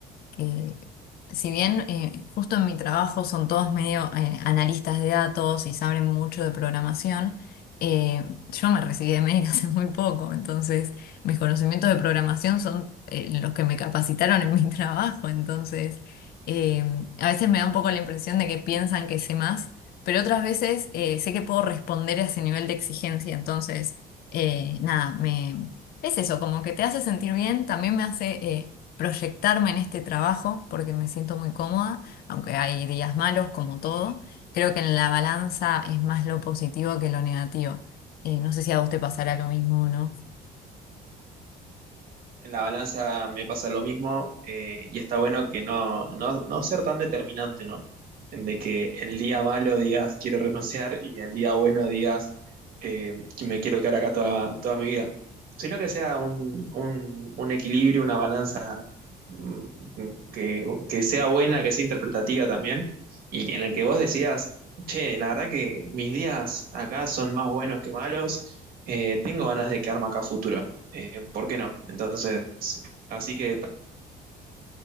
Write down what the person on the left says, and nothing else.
que si bien eh, justo en mi trabajo son todos medio eh, analistas de datos y saben mucho de programación, eh, yo me recibí de médica <laughs> hace muy poco, entonces mis conocimientos de programación son eh, los que me capacitaron en mi <laughs> trabajo, entonces eh, a veces me da un poco la impresión de que piensan que sé más, pero otras veces eh, sé que puedo responder a ese nivel de exigencia, entonces eh, nada, me... Es eso, como que te hace sentir bien, también me hace... eh, proyectarme en este trabajo porque me siento muy cómoda, aunque hay días malos como todo. Creo que en la balanza es más lo positivo que lo negativo. Eh, no sé si a vos te pasará lo mismo o no.